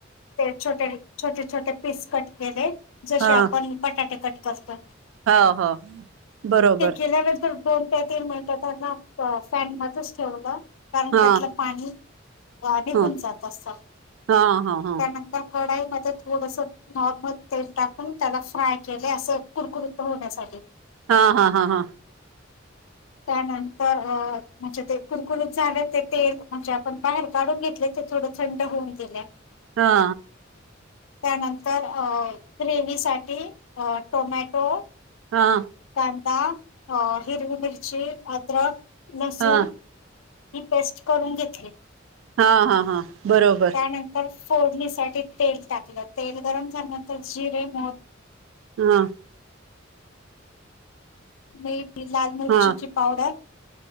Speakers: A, on the left; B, on the right.
A: ते छोटे छोटे छोटे पीस कट केले. जसे
B: हा
A: आपण बटाटे कट करतो
B: हो हो बरोबर
A: ते केल्यानंतर दोन त्या तीन मिनिट त्यांना पॅन मधेच ठेवल कारण
B: हा
A: त्यातल पाणी निघून
B: ह
A: जात असत
B: हा हा हा
A: त्यानंतर कढाई मध्ये थोडस नॉर्मल तेल टाकून त्याला फ्राय केले अस कुरकुरत होण्यासाठी.
B: हा- हा- हा- हा.
A: <inaudible> त्यानंतर अ म्हणजे ते कुरकुरूत झाले ते तेल म्हणजे आपण बाहेर काढून घेतले. ते थोड थंड होऊन गेले.
B: हा
A: त्यानंतर ग्रेवी साठी टोमॅटो
B: हा
A: कांदा हिरवी मिरची अद्रक लसूण.
B: हा
A: ही पेस्ट करून घेतली.
B: हा हा हा बरोबर.
A: नंतर फोडणीसाठी तेल टाकल तेल गरम झाल्यानंतर जिरे, मोहरी
B: हा
A: <unintelligible> लाल मिर्चची
B: हा
A: पावडर.